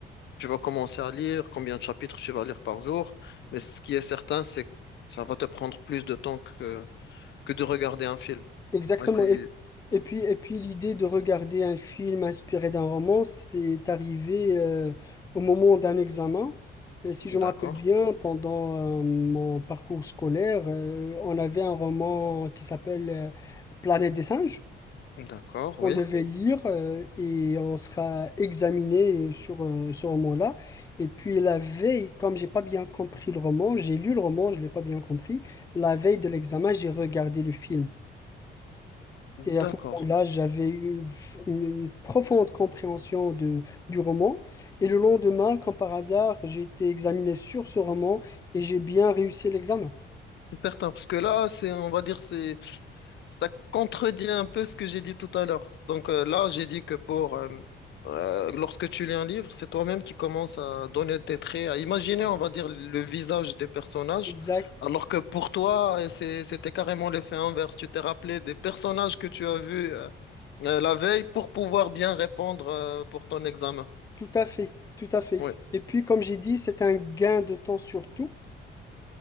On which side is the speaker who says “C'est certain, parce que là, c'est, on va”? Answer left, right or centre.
Left